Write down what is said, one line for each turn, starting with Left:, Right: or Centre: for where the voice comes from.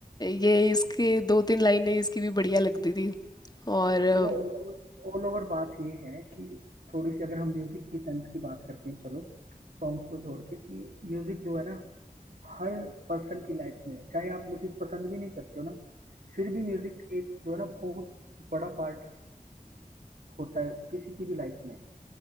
Left: ये इसके दो तीन लाइनें इसकी भी बढ़िया लगती थी और अ,
Right: चलो ऑल ओवर ओवर बात ये है कि थोड़ी सी अगर हम म्यूजिक की सेंस की बात करते हैं चलो सॉन्ग्स को छोड़ के कि म्यूजिक जो है ना हर पर्सन की लाइफ में है। चाहे आप म्यूजिक पसंद भी नहीं करते हो ना फिर भी म्यूजिक एक जो है ना बहुत बड़ा पार्ट होता है किसी की भी लाइफ में